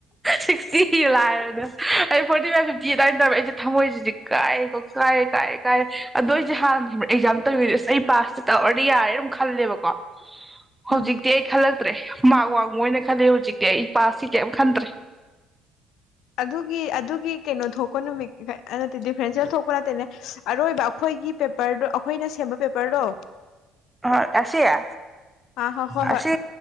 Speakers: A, in the centre; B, on the left.
A: ꯁꯤꯛꯁꯇꯤ ꯂꯥꯏꯔꯗꯅ ꯑꯩ ꯐꯣꯔꯇꯤ ꯐꯥꯏꯚ ꯐꯤꯞꯇꯤ ꯑꯗꯨꯃꯏꯅ ꯇꯧꯔꯦ ꯑꯩꯁꯦ ꯊꯝꯃꯣꯏꯁꯤꯗꯤ ꯀꯥꯏꯔꯦ ꯀꯥꯏꯔꯦ ꯀꯥꯏꯔꯦ ꯀꯥꯏꯔꯦ ꯑꯗꯣ ꯑꯩꯁꯦ ꯍꯥꯟꯅ ꯑꯦꯛꯖꯥꯝ ꯇꯧꯗꯤ ꯑꯁ ꯑꯩ ꯄꯥꯁꯇ ꯇꯧꯔꯗꯤ ꯌꯥꯔꯦ ꯑꯗꯨꯝ ꯈꯜꯂꯦꯕꯀꯣ ꯍꯧꯖꯤꯛꯇꯤ
B: ꯑꯥ
A: ꯑꯩ ꯈꯜꯂꯛ ꯭ꯔꯦ ꯃꯥ ꯋꯥꯡꯉꯨꯅ ꯈꯜꯂꯦ ꯍꯧꯖꯤꯛꯇꯤ ꯑꯩ ꯄꯁꯇꯤ ꯀꯩꯔꯤꯝ ꯈꯟꯗ꯭ꯔꯦ
B: ꯑꯗꯨꯒꯤ ꯑꯗꯨꯒꯤ ꯀꯩꯅꯣ ꯊꯣꯛꯄ ꯅꯨꯃꯤꯠ ꯅꯠꯇꯦ ꯗꯤꯐ꯭ꯔꯦꯟꯁꯦꯜ ꯊꯣꯛꯄ ꯅꯠꯇꯦꯅꯦ ꯑꯔꯣꯏꯕ ꯑꯩꯈꯣꯏꯒꯤ ꯄꯦꯄꯔꯗꯣ ꯑꯩꯈꯣꯏꯅ ꯁꯦꯝꯕ ꯄꯦꯄꯔꯗꯣ
A: ꯍꯣꯏ ꯑꯁꯤꯁꯤꯌꯥ
B: ꯑꯥ ꯍꯣꯏ ꯍꯣꯏ
A: ꯑꯁꯤ
B: ꯍꯣꯏ